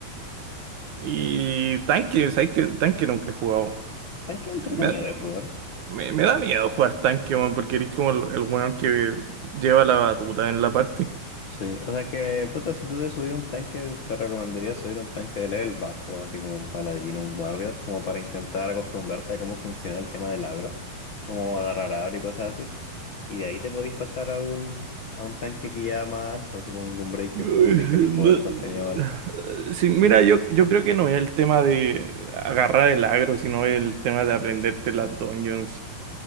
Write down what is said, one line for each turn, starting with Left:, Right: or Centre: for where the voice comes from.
Right: Y tanque, ¿sabes qué? Tanque nunca he jugado.
Left: Tanque entretenido
Right: Me,
Left: de jugar.
Right: me- me da miedo jugar tanque, weón, porque eres como el, el weón que lleva la batuta en la party.
Left: Sí, o sea que, puta, si tú te subís a un tanque, te recomendaría subir a un tanque de level bajo, así como un paladino, un warrior, como para intentar acostumbrarte a cómo funciona el tema del agro, cómo agarrar agro y cosas así. Y de ahí te podís pasar a un, a un tanque que ya más alto, así como un Gunbreaker,
Right: Ay,
Left: como si querés jugar
Right: no.
Left: contenido alto.
Right: Sí, mira, yo, yo creo que no es el tema de agarrar el agro, sino el tema de aprenderte las dungeons.